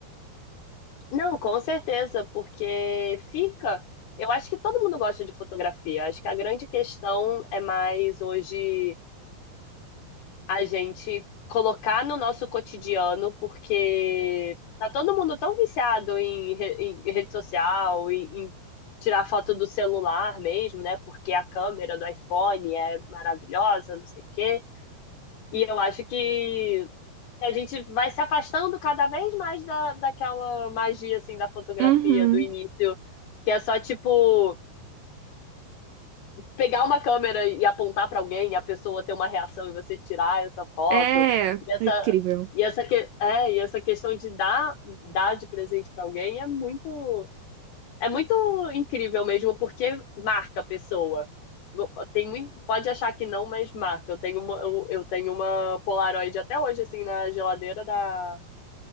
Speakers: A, on the left; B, on the right.
A: Não, com certeza, porque fica. Eu acho que todo mundo gosta de fotografia. Acho que a grande questão é mais hoje. a gente colocar no nosso cotidiano, porque tá todo mundo tão viciado em, re- em rede social, em, em tirar foto do celular mesmo, né? Porque a câmera do iPhone é maravilhosa, não sei o quê. E eu acho que a gente vai se afastando cada vez mais da, daquela magia, assim, da fotografia
B: Uhum.
A: do início, que é só tipo pegar uma câmera e apontar para alguém e a pessoa ter uma reação e você tirar essa foto
B: É,
A: e essa
B: É incrível.
A: e essa que é e essa questão de dar dar de presente para alguém é muito é muito incrível mesmo porque marca a pessoa tem mui- pode achar que não mas marca eu tenho uma eu, eu tenho uma Polaroid até hoje assim na geladeira da